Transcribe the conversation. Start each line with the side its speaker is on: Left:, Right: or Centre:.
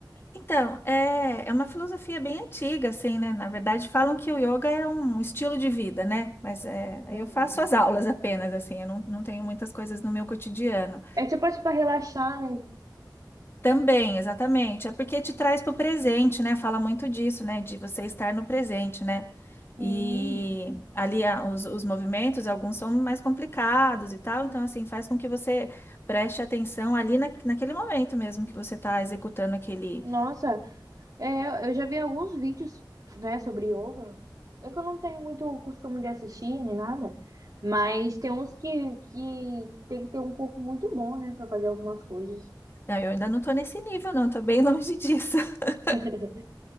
Left: Então, é, é uma filosofia bem antiga, assim, né? Na verdade, falam que o yoga é um estilo de vida, né? Mas é,
Right: Aham.
Left: eu faço as <laughs> aulas apenas, assim, eu não, não tenho muitas coisas no meu cotidiano.
Right: É tipo assim pra relaxar, né?
Left: Também, exatamente, é porque te traz para o presente, né? Fala muito disso, né? De você estar no presente, né?
Right: sim
Left: E ali a- os, os movimentos, alguns são mais complicados e tal, então, assim, faz com que você preste atenção ali na, naquele momento mesmo que você está executando aquele.
Right: nossa, é, eu já vi alguns vídeos, né, sobre yoga. É que eu não tenho muito o costume de assistir nem nada, mas tem uns que, que tem que ter um corpo muito bom, né, pra fazer algumas coisas.
Left: Não, eu ainda não estou nesse nível, não, estou bem longe disso. <laughs>
Right: <laughs>